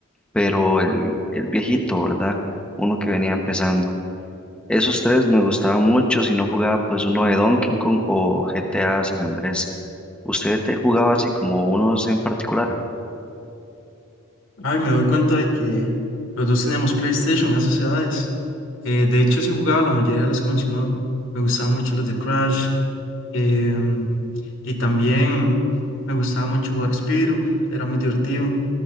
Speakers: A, in the centre; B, on the left (about 60°).
A: pero el, el viejito, ¿verdad? Uno que venía empezando. Esos tres me gustaban mucho, si no jugaba pues uno de Donkey Kong o GTA San Andrés. ¿Usted te jugaba así como unos en particular?
B: Ay, me doy cuenta de que los dos teníamos PlayStation a esas edades. Eh, de hecho, sí jugaba la mayoría de las que mencionó. Me gustaban mucho los de Crash. em, y también me gustaba mucho jugar Spyro. Era muy divertido.